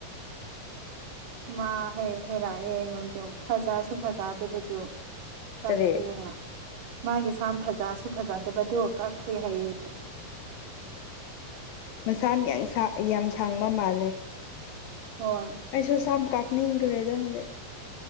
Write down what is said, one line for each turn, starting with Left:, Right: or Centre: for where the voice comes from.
Right: ꯃꯥ ꯍꯩꯔꯛꯑꯦ ꯑꯩꯉꯣꯟꯁꯨ ꯐꯖꯁꯨ ꯐꯖꯗꯕꯗꯨ ꯀꯛꯈ꯭ꯔꯦꯅ
Left: ꯀꯔꯤ
Right: ꯃꯥꯒꯤ ꯁꯥꯝ ꯐꯖꯁꯨ ꯐꯖꯗꯕꯗꯣ ꯀꯛꯈ꯭ꯔꯦ ꯍꯥꯏꯌꯦ
Left: ꯃꯁꯥ ꯌꯥꯝ ꯁꯥꯡꯕ ꯃꯥꯜꯂꯦ
Right: ꯍꯣꯏ
Left: ꯑꯩꯁꯨꯁꯝ ꯀꯥꯅ ꯏꯈ꯭ꯔꯦꯗ ꯍꯪꯗꯛ